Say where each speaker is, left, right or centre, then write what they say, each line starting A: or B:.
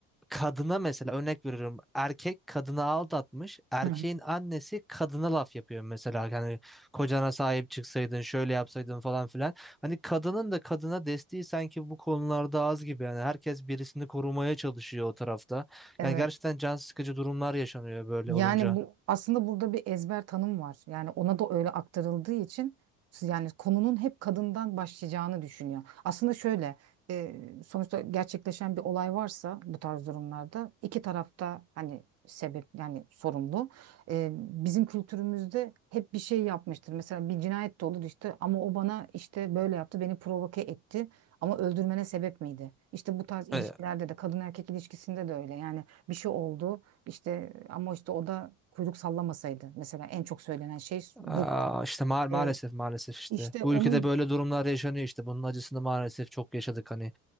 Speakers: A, in the centre; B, on the right.
A: kadına mesela örnek veriyorum erkek kadını aldatmış erkeğin
B: Hı hı.
A: annesi kadına laf yapıyor mesela hani kocana sahip çıksaydın şöyle yapsaydın falan filan hani kadının da kadına desteği sanki bu konularda az gibi yani herkes birisini korumaya çalışıyor o tarafta
B: Evet.
A: yani gerçekten can sıkıcı durumlar yaşanıyor böyle
B: Yani
A: olunca.
B: bu aslında burada bir ezber tanım var. Yani ona da öyle aktarıldığı için siz- yani konunun hep kadından başlayacağını düşünüyor. Aslında şöyle e, sonuçta gerçekleşen bir olay varsa bu tarz durumlarda iki tarafta hani sebep yani sorumlu. E, bizim kültürümüzde hep bir şey yapmıştır. Mesela bir cinayet de olur işte ama o bana işte böyle yaptı beni provoke etti ama öldürmene sebep miydi? İşte bu tarz ilişkilerde
A: E,
B: de kadın erkek ilişkisinde de öyle yani bir şey oldu. İşte ama işte o da kuyruk sallamasaydı. Mesela en çok söylenen şey budur.
A: Aa, işte ma- maalesef
B: E,
A: maalesef işte
B: işte
A: bu
B: onun
A: ülkede böyle durumlar yaşanıyor işte bunun acısını maalesef çok yaşadık hani